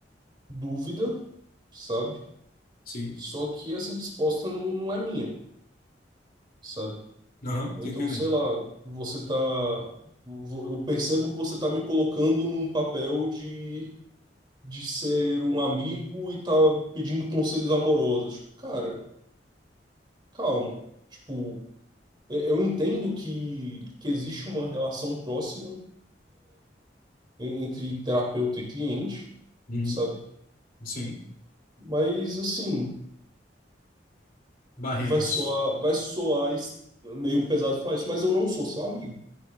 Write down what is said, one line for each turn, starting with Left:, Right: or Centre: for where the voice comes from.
Right: dúvida, sabe?
Left: Sim.
Right: Só que essa resposta não, não é minha, sabe?
Left: Aham,
Right: Ou
Left: tô
Right: então,
Left: entendendo.
Right: sei lá, você tá. vo- Eu percebo que você tá me colocando num papel de, de ser um amigo e tá pedindo conselhos amorosos. Tipo, cara, calma. Tipo, eu eu entendo que, que existe uma relação próxima en- entre terapeuta e cliente,
Left: Uhum.
Right: sabe?
Left: Sim.
Right: Mas, assim,
Left: Barreiras.
Right: vai soar, vai soar es- meio pesado falar isso, mas eu não sou seu amigo,